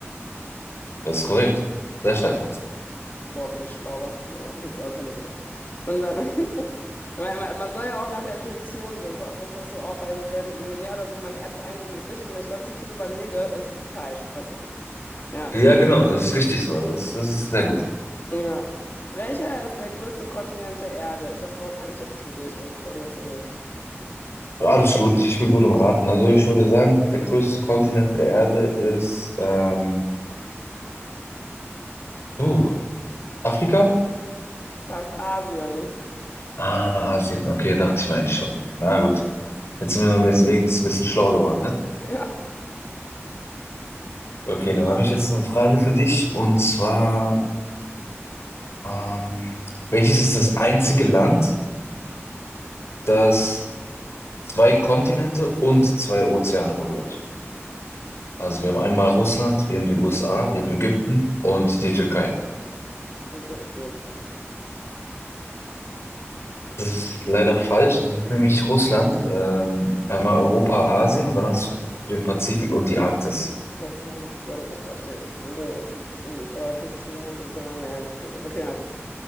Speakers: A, on the left (about 60°); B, on the left (about 45°).
A: Das ist korrekt. Sehr stark.
B: Boah, bin ich schlauer. Nee, habe ich jetzt einfach nur geraten. Und dann, <laughs> weil man, man soll ja auch nach der Intuition gehen. Voll oft ist das so auch bei irgendwie Wer wird Millionär oder so. Meine erste Eingebung ist richtig. Wenn ich dann zu viel überlege, es wird falsch. Weißt du? Ja.
A: Ja, genau, das ist richtig so. Das, das ist sehr gut.
B: Ja. Welcher ist der größte Kontinent der Erde? Ich habe aber keine Tipps für dich, also bei mir ist so nicht.
A: Alles gut, ich bin gut im Raten. Also ich würde sagen, der größte Kontinent der Erde ist ähm, uh, Afrika?
B: Fast Asien. <laughs>
A: Ah, Asien. Okay, dachte ich mir eigentlich schon. Na gut. Jetzt sind wir wenigstens ein bisschen schlauer geworden, ne?
B: Ja,
A: Okay, dann habe ich jetzt eine Frage für dich. Und zwar, ähm, welches ist das einzige Land, das zwei Kontinente und zwei Ozeane berührt? Also wir haben einmal Russland, wir haben die USA, wir haben Ägypten und die Türkei.
B: Ägypten.
A: Das ist leider falsch. Das ist nämlich Russland, ähm, einmal Europa, Asien und dann hast du den Pazifik und die Arktis.
B: Okay, macht Sinn. Ich dachte jetzt wegen Ägypten, aber Totes Meer und so ist ja, nah, nee, macht keinen Sinn. Okay, ja, gut.